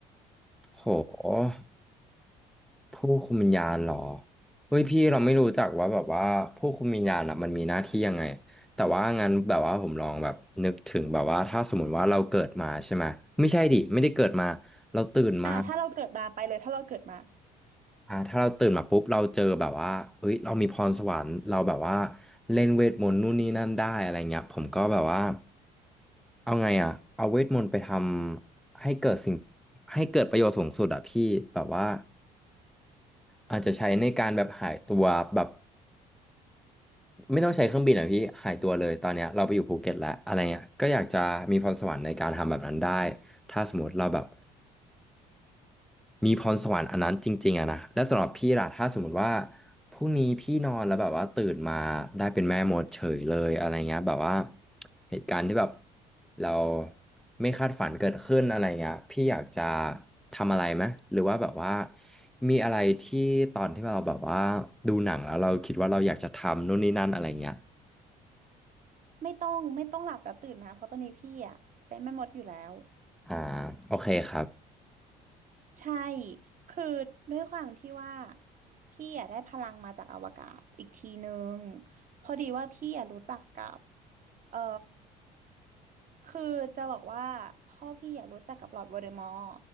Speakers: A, in the centre; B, on the right.
A: โหผู้คุมวิญญาณเหรอเฮ้ยพี่เราไม่รู้จักว่าแบบว่าผู้คุมวิญญาณอะมันมีหน้าที่ยังไง แต่ว่างั้นแบบว่าผมลองแบบนึกถึงแบบว่าถ้าสมมติว่าเราเกิดมาใช่ไหมไม่ใช่ดิไม่ได้เกิดมา เราตื่นมา
B: อ่ะถ้าเราเกิดมาไปเลยถ้าเราเกิดมา
A: อ่าถ้าเราตื่นมาปุ๊บเราเจอแบบว่าเฮ้ยเรามีพรสวรรค์เราแบบว่าเล่นเวทมนต์นู่นนี่นั่นได้อะไรเงี้ยผมก็แบบว่าเอาไงอ่ะเอาเวทมนต์ไปทำให้เกิดสิ่งให้เกิดประโยชน์สูงสุดอ่ะพี่แบบว่าอาจจะใช้ในการแบบหายตัวแบบไม่ต้องใช้เครื่องบินอ่ะพี่หายตัวเลยตอนเนี้ยเราไปอยู่ภูเก็ตแล้วอะไรเงี้ยก็อยากจะมีพรสวรรค์ในการทำแบบนั้นได้ถ้าสมมติเราแบบ มีพรสวรรค์อันนั้นจริงๆอะนะและสำหรับพี่ล่ะถ้าสมมติว่าพรุ่งนี้พี่นอนแล้วแบบว่าตื่นมาได้เป็นแม่มดเฉยเลยอะไรเงี้ยแบบว่าเหตุการณ์ที่แบบเราไม่คาดฝันเกิดขึ้นอะไรเงี้ยพี่อยากจะทำอะไรไหมหรือว่าแบบว่ามีอะไรที่ตอนที่เราแบบว่าดูหนังแล้วเราคิดว่าเราอยากจะทำนู่นนี่นั่นอะไรเงี้ย
B: ไม่ต้องไม่ต้องหลับแล้วตื่นนะเพราะตอนนี้พี่อ่ะเป็นแม่มดอยู่แล้ว
A: อ่าโอเคครับ
B: ใช่ คือด้วยความที่ว่าพี่อะได้พลังมาจากอวกาศอีกทีนึงพอดีว่าพี่อะรู้จักกับเออคือจะบอกว่าพ่อพี่อะรู้จักกับลอร์ดโวลเดอมอร์